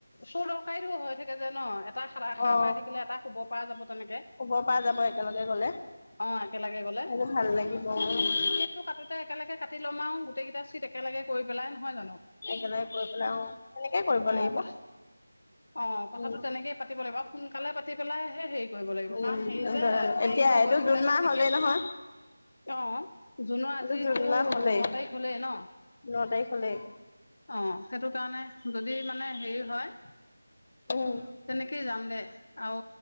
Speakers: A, on the left; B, on the left.
A: চৌ ডকাইত হৈ থাকে যে ন। এটা শাৰা
B: অ
A: শাৰ পাই থাকিলে এটা শুবৰ পৰা যাব তেনেকে।
B: শুব পৰা যাব একেলগে গলে
A: অ একেলগে গ'লে
B: সেইটো ভাল লাগিব অ অ',
A: টিকেটটো কাটোতে একেলগে কাটি ল'ম আও। গোটেইকেইটা চিট একেলগে কৰি পেলাই নহয় জানো।
B: একেলগে কৰি পেলাই অ তেনেকেই কৰিব
A: অ
B: লাগিব।
A: কথা অ কথাটো
B: উম
A: তেনেকেই পাতিব লাগিব সোনকালে পাতি পেলাইহে সেই কৰিব লাগিব
B: উম
A: কাৰণ হেৰি যে
B: এতিয়া
A: দেৰি হয়
B: এইটো
A: গৈ থাকিলে
B: জুন
A: আক
B: মাহ
A: টিকেট
B: হলেই নহয়
A: অ জুনৰ আজিতো
B: এইটো জুন মাহ হলেই
A: ন তাৰিখ হ'লেই ন।
B: ন তাৰিখ হ'লেই।
A: অঁ সেইটো কাৰণে যদি মানে হেৰি হয়-
B: উমঁ!
A: তেনেকেই যাম দে আও